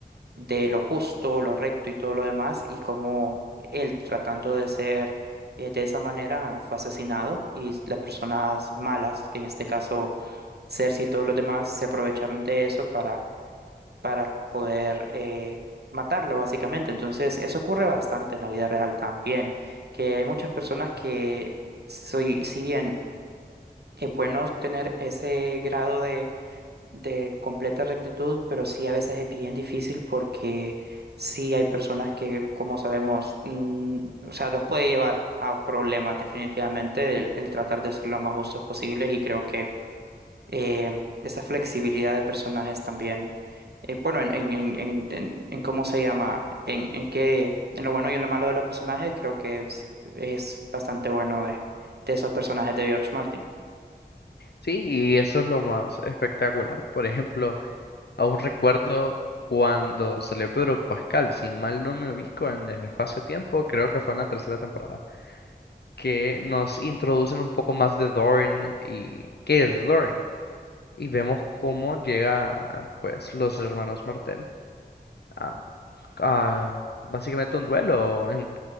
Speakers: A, on the right (about 75°); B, on the left (about 80°).
A: de lo justo, lo recto y todo lo demás, y como él tratando de ser eh, de esa manera fue asesinado y las personas malas, que en este caso Cersei y todos los demás, se aprovecharon de eso para, para poder eh, matarlo básicamente. Entonces eso ocurre bastante en la vida real también, que hay muchas personas que, soy, si bien es bueno tener ese grado de de completa rectitud, pero sí a veces es bien difícil porque sí hay personas que, como sabemos, mm, o sea, nos puede llevar a problemas definitivamente el, el tratar de ser lo más justos posibles y creo que eh, esa flexibilidad de personajes también, eh, bueno, en, en, en, en, en- en cómo se llama, en, en qué, en lo bueno y en lo malo de los personajes, creo que es, es bastante bueno de, de esos personajes de George Martin.
B: Sí, y eso es lo más espectacular. Por ejemplo, aún recuerdo cuando salió Pedro Pascal, si mal no me ubico en el espacio-tiempo, creo que fue en la tercera temporada. que nos introducen un poco más de Doran y qué es Doran. Y vemos cómo llega, pues, los hermanos Martell a, a básicamente un duelo en-